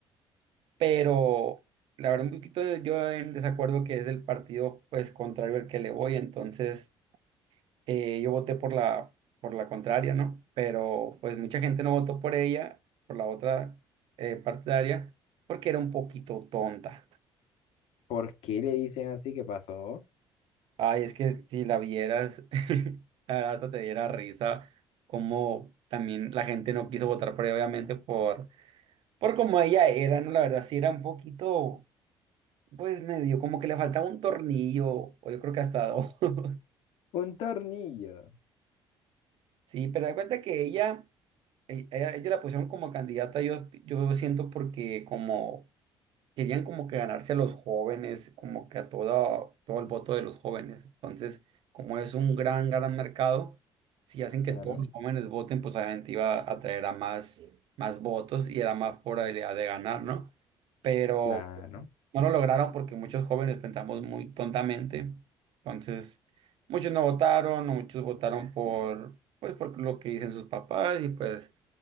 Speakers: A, on the right; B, on the left.
A: pero la verdad un poquito de- yo en desacuerdo que es del partido pues contrario al que le voy, entonces eh, yo voté por la, por la contraria, ¿no? Pero pues mucha gente no votó por ella, por la otra eh, partidaria, porque era un poquito tonta.
B: ¿Por qué le dicen así que pasó?
A: Ay, es que si la vieras, <laughs> la verdad hasta te diera risa, como también la gente no quiso votar por ella, obviamente, por, por como ella era, ¿no? La verdad sí era un poquito Pues medio, como que le faltaba un tornillo, o yo creo que hasta dos. <laughs>
B: Un tornillo.
A: Sí, pero da cuenta que ella, e- ella, ella la pusieron como candidata, yo, yo siento porque como querían como que ganarse a los jóvenes, como que a todo, todo el voto de los jóvenes. Entonces, como es un gran, gran mercado, si hacen que
B: Claro,
A: todos los jóvenes voten, pues obviamente iba a traer a más, más votos y era más probabilidad de ganar, ¿no? Pero
B: claro.
A: No lo lograron porque muchos jóvenes pensamos muy tontamente. Entonces, muchos no votaron, muchos votaron por, pues, por lo que dicen sus papás y pues,